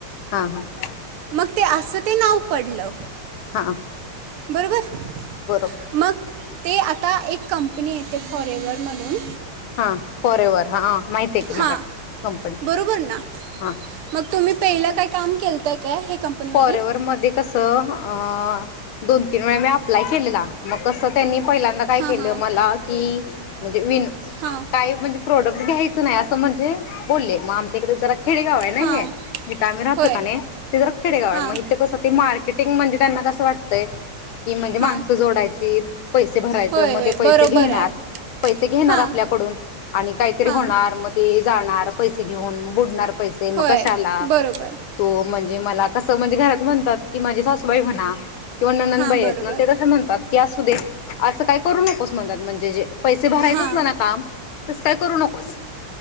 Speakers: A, on the left; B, on the right.
A: हां हां
B: मग ते असं ते नाव पडलं
A: हां
B: बरोबर. मग
A: बरोबर
B: ते आता एक कंप णी येते फॉरेवर म्हणून
A: हा. फॉरेवर हा. माहितीय की मला
B: हां
A: कंपनी
B: बरोबर ना
A: हां.
B: मग तुम्ही पहिला काय काम केताय काय हे. कंपनीमध्ये
A: फॉरेवर मध्ये कसं अ. दोन तीन वेळा मी अप्लाय केलेला मग कस त्यांनी पहिल्यांदा काय
B: हां
A: केलं
B: हां
A: मला कि, वीन
B: हां
A: काय म्हणजे प्रोडक्ट घ्यायच नाही असं म्हणजे बोल्ले मग आमच्याकड जरा खेडेगाव आहे ना
B: हां
A: हे जिथं आम्ही राहतो
B: होय
A: कानी ते जरा खेडेगावाय
B: हां
A: मग हीत कसं ते मार्केट म्हणजे त्यांना कस वाटतंय. कि म्हणजे माणसं
B: हां
A: जोडायचीत पैसे भरायचं
B: होय
A: मग
B: होय
A: ते पैसे
B: बरोबर
A: घेणार
B: आहे
A: पैसे घेणार
B: हां
A: आपल्याकडून आणि काहीतरी
B: हां
A: होणार मग ते जाणार. पैसे घेऊन बुडणार. पैसे मग
B: होय
A: कशला
B: बरोबर
A: तो म्हण जे मला कसं म्हणजे घरात म्हणतात की माझी सासूबाई म्हणा. किंवा नणन
B: हां
A: बाईयेत
B: बरोबर
A: ना ते कस म्हणतात. की असू दे असं काय करू नकोस म्हणतात म्हणजे जे पैसे भरायच
B: हां
A: असलं ना काम तस काय करू नको पस